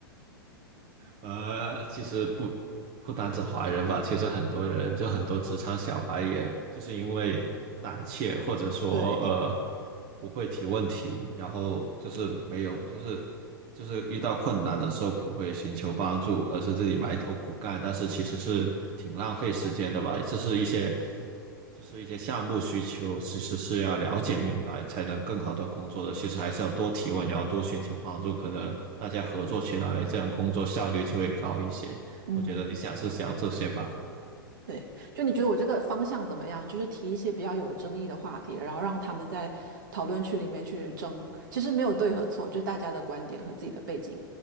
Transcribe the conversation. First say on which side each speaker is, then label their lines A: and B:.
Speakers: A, on the right (about 40°); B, on the right (about 60°).
A: 呃，其实不不单指华人吧，其实很多人就很多职场小白，也就是因为胆怯或者说呃
B: 对，
A: 不会提问题，然后就是没有就是就是遇到困难的时候不会寻求帮助，而是自己埋头苦干，但是其实是挺浪费时间的吧。这是一些就是一些项目需求，其实是要了解明白才能更好的工作的。其实还是要多提问，然后多寻求帮助，可能大家合作起来，这样工作效率就会高一些。
B: 嗯，
A: 我觉得你下次想这些吧。
B: 对，就你觉得我这个方向怎么样？就是提一些比较有争议的话题，然后让他们在讨论区里面去争。其实没有对和错，就是大家的观点和自己的背景、